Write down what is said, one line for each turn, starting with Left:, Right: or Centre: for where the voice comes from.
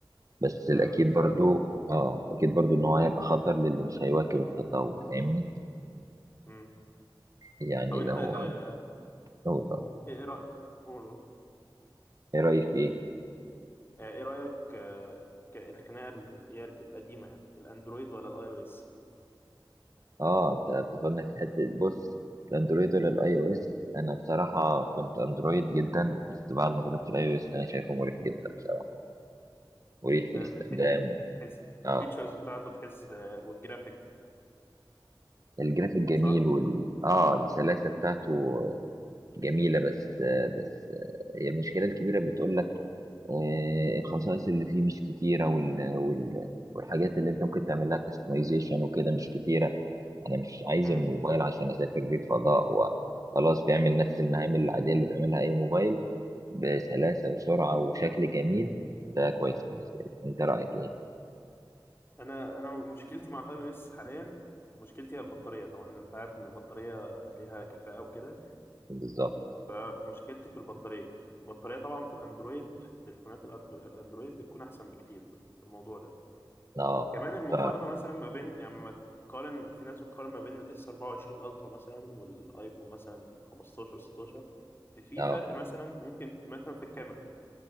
Right: بس الاكيد
Left: آه بالظبط
Right: برضو
Left: آه.
Right: اه اكيد برضو ان هو هيبقى خطر للي مش هيواكب التطور فاهمني؟
Left: مم.
Right: يعني
Left: طب انت
Right: لو
Left: آه،
Right: لو-
Left: ايه إيه رأيك قول.
Right: ايه رأيك في ايه؟
Left: آه، ايه رأيك آه، ك- الخناقة اللي هي القديمة يعني الاندرويد ولا الاي او اس
Right: اه انت بتاخدنا في حته بص الاندرويد ولا الاي او اس انا بصراحه كنت اندرويد جدا بس بعد ما جربت الاي او اس انا شايفه مريح جدا بصراحه مريح في
Left: آه،
Right: الاستخدام
Left: من حي- حيث الفيتشرز
Right: اه
Left: بتاعته تحس آه، والجرافيك
Right: الجرافيك جميل
Left: صح
Right: وال اه السلاسه بتاعته جميله بس آه بس آه هي المشكله الكبيره بتقول لك آه الخصائص اللي فيه مش كتيره وال... وال... والحاجات اللي انت ممكن تعمل لها كاستمايزيشن وكده مش كتيره انا مش عايز
Left: مم.
Right: الموبايل عشان اسافر بيه الفضاء هو خلاص بيعمل نفس المهام العاديه اللي بيعملها اي موبايل بسلاسه وسرعه وشكل جميل ده كويس بالنسبه لي انت رايك ايه
Left: انا انا مشكلتي مع الاي او اس حاليا مشكلتي هي البطارية طبعا انت عارف ان البطارية ليها كفاءة وكده
Right: بالظبط
Left: فمشكلتي في البطارية البطارية طبعا في الاندرويد في التليفونات الأردو- الاندرويد بتكون احسن بكتير في الموضوع ده
Right: اه
Left: كمان المقارنة
Right: ف
Left: مثلا ما بين يعني ما تقارن في ناس بتقارن ما بين الاس 24 الترا مثلا والايفون مثلا 15 16 في
Right: اه
Left: فرق مثلا ممكن مثلا في الكاميرا